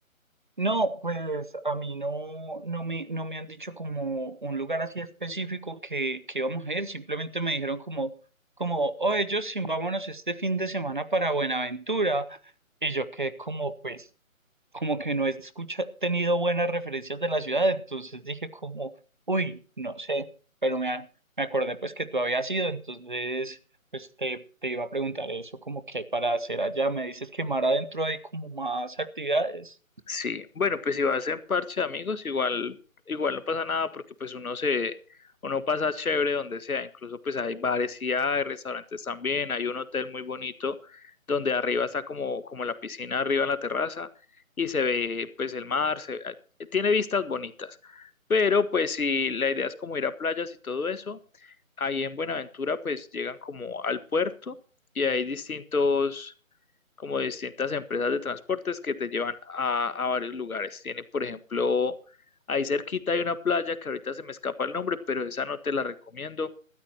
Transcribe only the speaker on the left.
Sí, bueno, pues si vas en parche de amigos, igual, igual no pasa nada porque pues uno se, uno pasa chévere donde sea, incluso pues hay bares y hay restaurantes también, hay un hotel muy bonito donde arriba está como, como la piscina arriba en la terraza y se ve pues el mar, se, ah, eh, tiene vistas bonitas, pero pues si la idea es como ir a playas y todo eso, ahí en Buenaventura pues llegan como al puerto y hay distintos como distintas empresas de transportes que te llevan a, a varios lugares. Tiene, por ejemplo, ahí cerquita hay una playa que ahorita se me escapa el nombre, pero esa no te la recomiendo